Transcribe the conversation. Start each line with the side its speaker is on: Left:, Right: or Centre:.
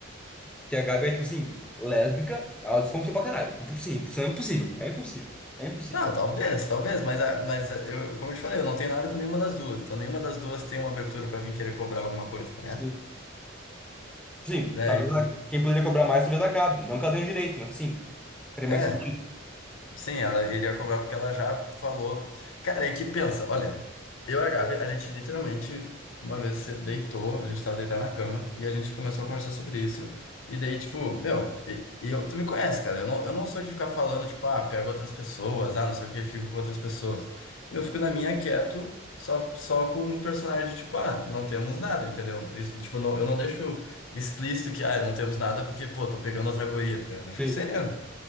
Centre: Que a Gabi é, tipo assim, lésbica, ela desconfia pra caralho. Impo- Sim, isso é impossível. É impossível. É impossível.
Left: Não, talvez, talvez, mas, a- mas eu, como eu te falei, eu não tenho nada com nenhuma das duas. Então nenhuma das duas tem uma abertura pra vir querer cobrar alguma coisa, tá,
Centre: Sim.
Left: né?
Centre: Sim,
Left: Daí,
Centre: talvez a- quem poderia cobrar mais, talvez a Gabi. Não que ela tenha o direito, mas assim, faria
Left: é,
Centre: mais sentido.
Left: Sim, ela iria cobrar porque ela já falou. Cara, é que pensa, olha, eu e a Gabi, a gente literalmente uma vez se deitou, a gente tava deitado na cama e a gente começou a conversar sobre isso. E daí, tipo, meu, e, e eu, tu me conhece, cara, eu não, eu não sou de ficar falando, tipo, ah, pego outras pessoas, ah, não sei o que, fico com outras pessoas. Eu fico na minha quieto, só, só com um personagem, tipo, ah, não temos nada, entendeu? Isso, tipo, não, eu não deixo explícito que, ah, não temos nada porque, pô, tô pegando outra guria, tá ligado? Eu fico
Centre: Sim,
Left: sereno.